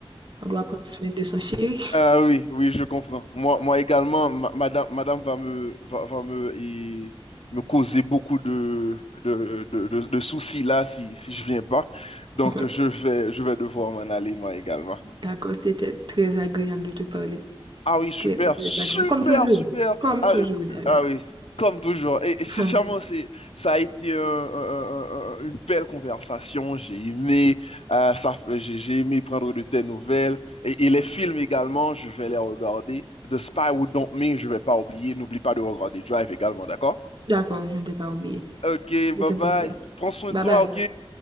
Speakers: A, on the right; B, on the left.
A: On doit prendre soin de son chéri.
B: Ah oui, oui, je comprends. Moi, moi également, ma- madame, madame va me, va, va me, et me causer beaucoup de, de, de, de- de soucis là si, si je viens pas. Donc,
A: <laughs>
B: je vais, je vais devoir m'en aller, moi également.
A: D'accord, c'était très agréable de te parler.
B: Ah oui, super,
A: Très, très, très
B: super,
A: agréable. Comme toujours.
B: super.
A: Comme
B: Ah,
A: toujours,
B: euh,
A: d'ailleurs.
B: ah oui, comme toujours. Et, et sincèrement,
A: <laughs>
B: c'est, ça a été euh, euh, euh, une belle conversation. J'ai aimé, euh, ça, j'ai j'ai aimé prendre de tes nouvelles. Et, et les films également, je vais les regarder. The Spy Who Dumped Me, je vais pas oublier. N'oublie pas de regarder Drive également, d'accord?
A: D'accord, je ne t'ai pas oublié.
B: Ok,
A: C'était
B: bye
A: un
B: bye.
A: plaisir.
B: Prends soin
A: Bye
B: de toi,
A: bye.
B: ok?